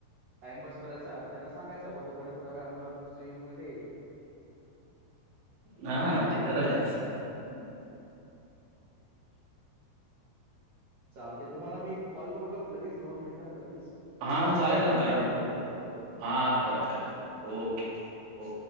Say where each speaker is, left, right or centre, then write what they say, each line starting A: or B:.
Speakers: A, on the right; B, on the right.
A: टाइमपस करायचा आणि त्यांना सांगायच बबा दुपारी थोट्या वे आम्हाला स्विमिंग पूल दे
B: हा
A: चेकआउट
B: ते तर आहेच
A: हम्म चालतंय, तुम्हाला मी कॉल करू का लगेच दोन मिनिटात लगेच?
B: हा चालेल ना करा ना
A: परत करतो परत करतो,
B: हा परत करा
A: हो
B: okay
A: हो.
B: Okay